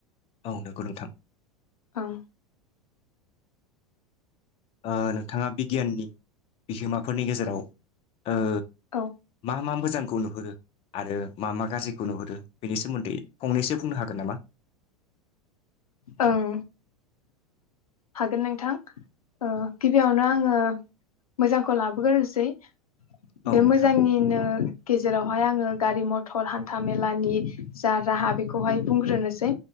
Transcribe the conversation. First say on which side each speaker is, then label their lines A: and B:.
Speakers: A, on the left; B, on the left.
A: औ नोंगौ नोंथां।
B: ओं
A: ओ नोंथाङा बिगियाननि बिहोमाफोरनि गेजेराव ओ
B: औ।
A: मा मा मोजांखौ नुहुरो आरो मा मा गाज्रिखौ नुहुरो बेनि सोमोन्दै फंनैसो बुंनो हागोन नामा?
B: ओं हागोन नोंथां ओ गिबियावनो आङो मोजांखौ लाबोगोरसै।
A: औ
B: बे
A: नोंथां
B: मोजांनिनो गेज जेरावहाय आङो गारि मथर हान्था मेलानि जा राहा बेखौहाय बुंग्रोनोसै